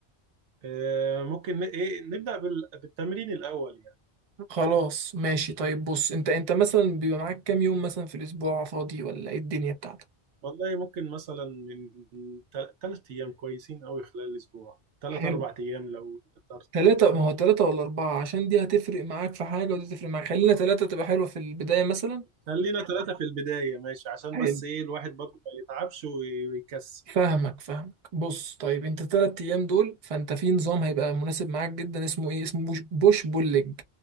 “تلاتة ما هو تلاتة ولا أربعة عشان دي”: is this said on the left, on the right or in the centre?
Right